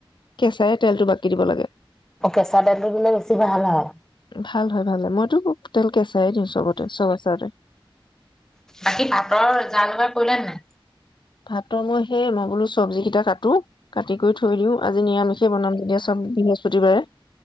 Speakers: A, on the left (about 55°); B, in the centre.
A: কেঁচাই তেলটো বাকি দিব লাগে
B: অ কেঁচা দাইলটো দিলে বেছি ভাল হয়
A: ভাল হয় ভাল মইতো তেল কেচাঁইে দিওঁ চবতে চব আচাৰতে
B: বাকী ভাতৰ যা যোগাৰ কৰিলা নে নাই
A: ভাতৰ মই সেই মই বোলো চবজি কেইটা কাটো কাটি কৰি থৈ দিওঁ আজি নিৰামিষেই বনাম যেতিয়া চব বৃহস্পতিবাৰে